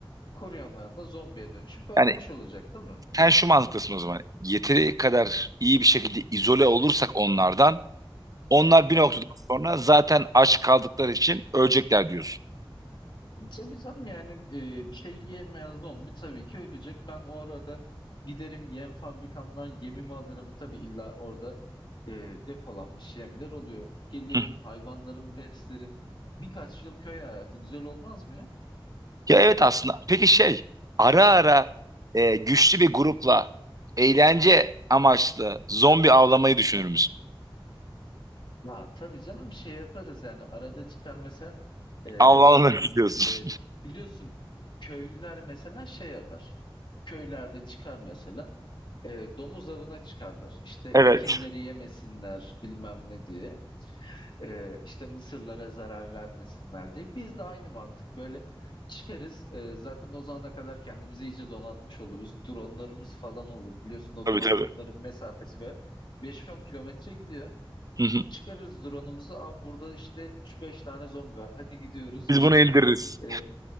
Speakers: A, on the left; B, on the right.
A: koruyamayan da zombiye dönüşüp ölmüş
B: Yani
A: olacak, değil mi?
B: sen şu mantıktasın o zaman. Yeteri kadar iyi bir şekilde izole olursak onlardan Onlar bir
A: Aynen.
B: noktadan sonra zaten aç kaldıkları için ölecekler diyorsun.
A: Tabii canım yani e, bir şey yiyemeyen zombi tabii ki ölecek. Ben o arada giderim yem fabrikamdan yemimi alırım. Tabii illa orada e, depolanmış yemler oluyor. Gelirim
B: Hı hı.
A: hayvanlarımı beslerim. Birkaç yıl köy hayatı güzel olmaz mı ya?
B: Ya evet aslında. Peki şey ara ara e, güçlü bir grupla eğlence amaçlı zombi avlamayı düşünür
A: Hı.
B: müsün?
A: Ya tabii canım şey yaparız yani arada çıkar mesela e,
B: Avlanırız
A: şey
B: diyorsun.
A: e,
B: <laughs>
A: biliyorsun köylüler mesela şey yapar. Köylerde çıkar mesela. E, domuz avına çıkarlar. İşte
B: Evet.
A: ekinleri yemesinler bilmem ne diye. E, işte mısırlara zarar vermesinler diye. Biz de aynı mantık böyle çıkarız. E, zaten o zamana kadar kendimizi iyice donatmış oluruz. Dronlarımız falan olur. Biliyorsun o
B: Tabii
A: dronların
B: tabii.
A: mesafesi böyle 5-10 kilometre gidiyor.
B: Hı hı.
A: Çıkarız drone'umuzu. Aa, burada işte üç beş tane zombi var. Hadi gidiyoruz.
B: Biz
A: İşte
B: bunu indiririz.
A: e,